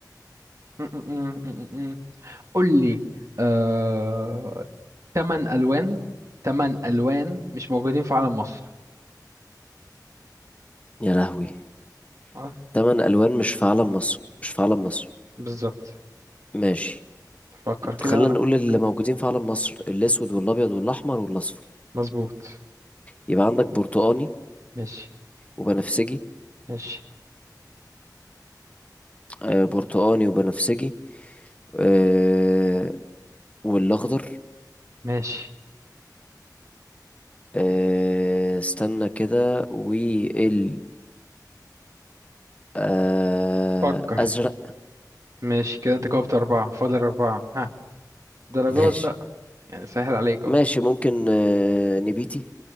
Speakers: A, on the right (about 45°); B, on the left (about 20°).
A: م- م- م- م- م. قول لي آه تمن ألوان تمن ألوان مش موجودين في علم مصر
B: يا لهوي
A: اه
B: تمن ألوان مش في علم مصر مش في علم مصر
A: بالظبط
B: ماشي
A: فكر كده
B: خلينا
A: وأنا
B: نقول
A: معاك
B: اللي موجودين في علم مصر الأسود والأبيض والأحمر والأصفر
A: مظبوط
B: يبقى عندك برتقاني
A: ماشي
B: وبنفسجي
A: ماشي
B: آه برتقاني وبنفسجي آه والأخضر
A: ماشي
B: آه استنى كده وال آه
A: فكر
B: أزرق
A: ماشي كده أنت جاوبت أربعة فاضل أربعة ها درجات
B: <laughs> ماشي
A: بقى يعني سهل عليك اهو
B: ماشي ممكن آه نبيتي